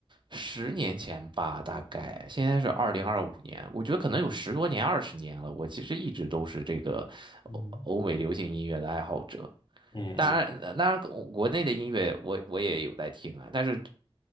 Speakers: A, on the right; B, on the left.
A: 十年前吧，大概现在是二零二五年，我觉得可能有十多年、二十年了。我其实一直都是这个欧欧美流行音乐的爱好者。
B: 嗯，嗯嗯
A: 当然，呃当然，国国内的音乐我我也有在听啊，但是